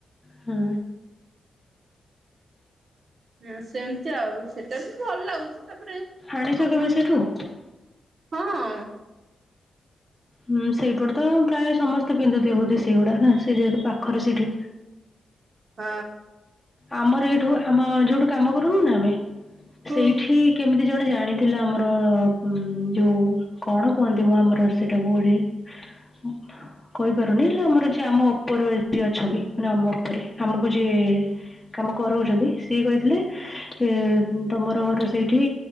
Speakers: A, on the left; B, on the right.
A: ହଁ।
B: ହୁଁ ସେମତି ଆଉ ସେଟା ବି ଭଲ ଲାଗୁଚି। ତାପରେ ସମସ୍ତ
A: ଆଣିଛ କେବେ ସେଠୁ
B: ହଁ।
A: ହୁଁ ସେଇପଟେ ତ ପ୍ରାୟେ ସମସ୍ତେ ପିନ୍ଧୁଥିବେ ବୋଧେ ସେଇଗୁଡା ନା ସେଇ ଯେହେତୁ ପାଖରେ ସେଇଠି।
B: ହଁ।
A: ଆମର ଏଇଠୁ
B: ମୁଁ
A: ଆମ ଯୋଉଠୁ କାମ କରୁନୁ ନା ଆମେ
B: ହୁଁ
A: ସେଇଠି କେମି ଜଣେ ଜାଣିଥିଲା ଆମର ଉଁ ଯୋଉ କଣ କୁହନ୍ତିମ ଆମର ସେଟାକୁ ଓଡିଆ ଉଁ କହିପାରୁନି ହେଲେ ଆମର ଯିଏ ଆମ ଓପରେ ଯିଏ ଅଛନ୍ତି ମାନେ ଆମ ଓପରେ ଆମକୁ ଯିଏ କାମ କରୋଉଚନ୍ତି ସିଏ କହିଥିଲେ ଇଏ ତମର ଘର ସେଇଠି